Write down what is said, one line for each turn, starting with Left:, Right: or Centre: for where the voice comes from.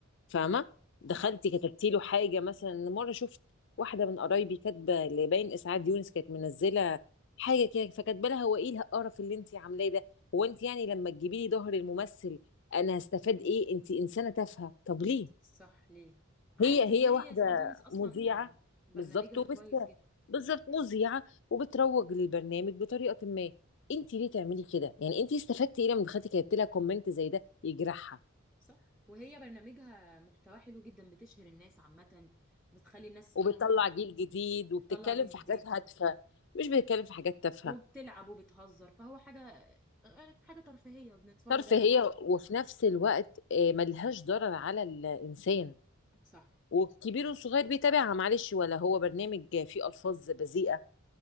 Left: فاهمه دخلتي
Centre: صح
Left: كتبتي له حاجه مثلا مره شفت واحده من قرايبي كاتبه لباين اسعاد يونس كانت منزله حاجه كده فكاتبه لها هو ايه القرف اللي انت عاملاه ده هو انت يعني لما تجيبي لي ظهر الممثل انا هستفاد ايه انت انسانه تافهه طب ليه
Centre: صح ليه عادي
Left: هي هي
Centre: دي
Left: واحده
Centre: هي سعاد يونس اصلا
Left: مذيعه
Centre: برنامجها
Left: بالظبط وبت
Centre: كويس جدا
Left: بالظبط مذيعه وبتروج للبرنامج بطريقه ما انت
Centre: صح
Left: ليه تعملي كده يعني انت استفدتي ايه لما دخلتي كتبتي لها كومنت زي ده يجرحها
Centre: صح وهي برنامجها محتواه حلو جدا بتشهر الناس عامه بتخلي الناس
Left: وبتطلع
Centre: ليهم
Left: جيل جديد وبتتكلم
Centre: بتطلع جيل
Left: في
Centre: جديد
Left: حاجات هادفة مش بتتكلم في حاجات تافهة
Centre: وبتلعب وبتهزر فهو حاجه آه، حاجه ترفيهيه بنتفرج
Left: ترفيهية
Centre: عليها
Left: وفي نفس الوقت آه، ملهاش ضرر على الإنسان
Centre: صح
Left: والكبير والصغير بيتابعها معلش ولا هو برنامج فيه ألفاظ بذيئة